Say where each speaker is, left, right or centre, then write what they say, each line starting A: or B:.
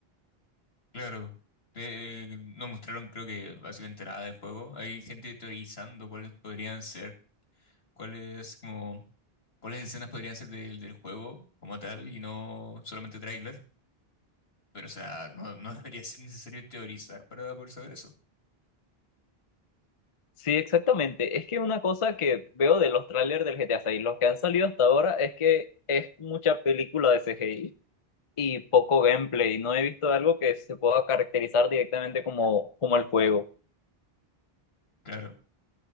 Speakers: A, on the left; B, on the left.
A: claro. Te- no mostraron creo que básicamente nada del juego. Hay gente teorizando cuáles podrían ser cuáles como cuáles escenas podrían ser del, del juego como tal y no solamente tráiler, pero o sea, no, no <laughs> debería ser necesario teorizar para poder saber eso.
B: Sí, exactamente. Es que una cosa que veo de los trailers del GTA 6, los que han salido hasta ahora, es que es mucha película de CGI y poco gameplay. No he visto algo que se pueda caracterizar directamente como, como el juego.
A: Claro.